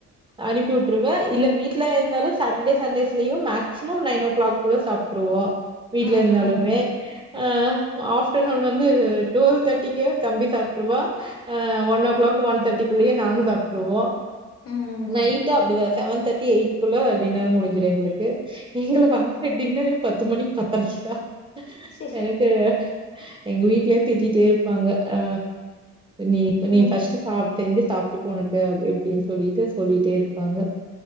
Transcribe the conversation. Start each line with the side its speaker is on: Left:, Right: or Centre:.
Right: அனுப்பி வுட்டுருவே இல்ல வீட்ல இருந்தாலு சாட்டர்டே சன்டேஸ்லயு மேக்சி மம் நைன் ஓ கிளாக்குள்ள சாப்ட்டுருவோ வீட்ல
Left: ம்
Right: இருந்தாலுமே அ ஆஃப்டர்நூன் வந்து டூரு தேர்ட்டிக்கே தம்பி சாப்ட்டுருவா அ ஒன் ஓ கிளாக் ஒன் தேர்ட்டிக்குள்ளேயே நாங்க சாப்ட்டுருவோ
Left: ம்
Right: நைட்டு அப்டிதா செவன் தேர்ட்டி எயிட் குள்ள டின்னர் முடிஞ்சுரு எங்களுக்கு எங்களுக்கு
Left: ம்
Right: ஆஃப்டர் டின்னரு பத்து மணிக்கு பத்தரைக்குதா
Left: சேரி
Right: எனக்கு எங்க வீட்லயே திட்டிட்டே இருப்பாங்க ஆ நீ இப்ப
Left: என்ன
Right: நீ ஃபஸ்ட்டு சாப் செஞ்சு சாப்ட்டுக்கு ஒனக்கு அப் எப்டின்னு சொல்லிட்டு சொல்லிட்டே இருப்பாங்க